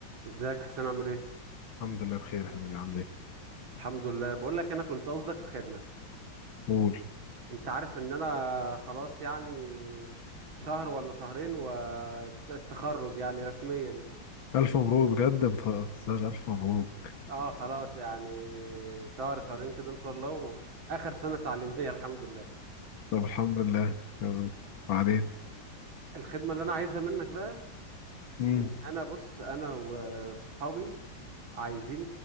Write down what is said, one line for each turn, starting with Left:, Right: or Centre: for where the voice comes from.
Right: ازيك يا حسين عامل ايه
Left: الحمد لله بخير يا حبيبي عامل ايه؟
Right: الحمد لله بقول لك انا كنت قصدك في خدمة
Left: قول
Right: انت عارف ان انا خلاص يعني شهر ولا شهرين والتخرج يعني رسميا
Left: ألف مبروك بجد بتهزرش ألف مبروك
Right: اه خلاص يعني شهر شهرين كده ان شاء الله واخر سنة تعليمية <laughs> الحمد لله
Left: طب الحمد لله يلا بعدين
Right: الخدمة اللي انا عايزها منك بقى
Left: مم.
Right: ان انا بص انا وصحابي عايزين